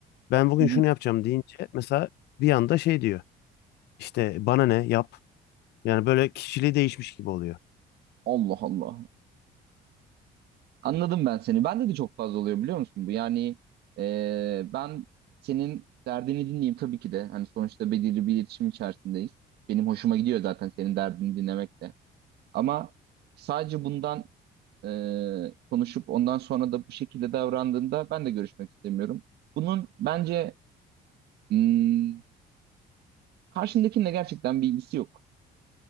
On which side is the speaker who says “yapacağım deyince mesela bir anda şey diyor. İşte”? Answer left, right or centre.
Left